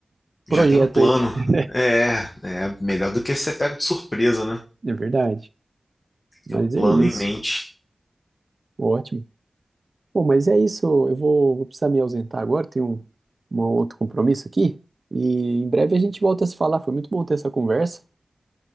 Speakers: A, on the right (about 55°); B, on the left (about 40°).
A: projeto
B: Já tem um plano.
A: aí. <laughs>
B: É, é melhor do que ser pego de surpresa, né?
A: É verdade. Mas
B: Tem um plano
A: é isso.
B: em mente.
A: Ótimo. Bom, mas é isso. Eu vou, vou precisar me ausentar agora. Tenho um, um outro compromisso aqui. E em breve a gente volta a se falar. Foi muito bom ter essa conversa.